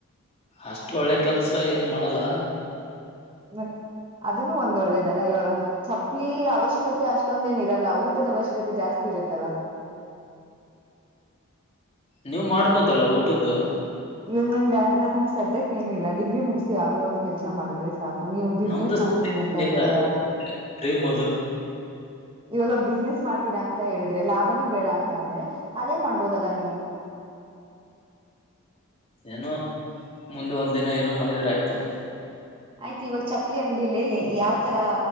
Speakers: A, on the left; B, on the right.
A: ಅಷ್ಟು ಒಳ್ಳೆ ಕೆಲಸ ಏನು ಮಾಡಲ್ಲ
B: ಮತ್ ಅದನು ಒಂದ ಒಳ್ಳೇದಲ್ಲ ಇವಾಗ ಚಪ್ಪಲಿ ಅವಶ್ಯಕತೆ ಅಷ್ಟೊಂದ ಏನ ಇರಲ್ಲ ಊಟದ ಅವಶ್ಯಕತೆ ಜಾಸ್ತಿ ಇರುತ್ತಲ್ಲ
A: ನೀವ್ ಮಾಡ್ಬೋದಲ್ಲ ಊಟದ್ದು
B: ಇವಗ್ ನನ್ಗೆ ನನ್ ಸದ್ಯಕ್ಕೆ ಏನುೂ ಇಲ್ಲ ಡಿಗ್ರಿ ಮುಗಸಿ ಯಾವ್ದದೋ ಒಂದ್ ಕೆಲ್ಸ ಮಾಡುದ್ರೆ ಸಾಕು ನೀವು ಬಿಸ್ನೆಸ್
A: ನಮ್ದು
B: ಮಾಡ್ತೀನಿ ಅಂತ
A: ಏನಿಲ್ಲ
B: ಹೇಳಿದ್ರಲ್ಲ <unintelligible>
A: ಡ್ರೀಮ್ ಅದು
B: ಇವಾಗ ಬಿಸ್ನೆಸ್ ಮಾಡ್ತೀರಾ ಅಂತ ಹೇಳಿದ್ರೆ ಲಾಭನೂ ಬೇಡ ಅಂತ ಅಂದ್ರೆ ಅದೇ ಮಾಡ್ಬೋದಲ್ಲ ನೀವು
A: ಏನೋ ಮುಂದೆ ಒಂದು ದಿನ ಏನೋ ಮಾಡಿದ್ರಾಯ್ತು.
B: ಆಯ್ತು ಇವಾಗ ಚಪ್ಪಲಿ ಅಂಗಡಿಲಿ ಯಾವ್ತರ